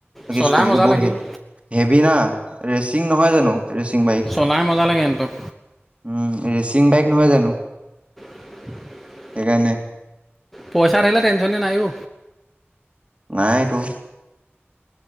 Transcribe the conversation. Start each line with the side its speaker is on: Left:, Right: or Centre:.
Centre: চলাই
Right: স্কুটটো
Centre: মজা
Right: বহুত
Centre: লাগে অ'।
Right: হেভি না ৰেচিং নহয় জানো। ৰেচিং বাইক,
Centre: চলাই মজা লাগে এণ্টক
Right: উম ৰেচিং বাইক নহয় জানো!
Centre: <unintelligible>
Right: সেইকাৰণে
Centre: পইচা থাকিলে টেনশনে নাই অ
Right: নাইটো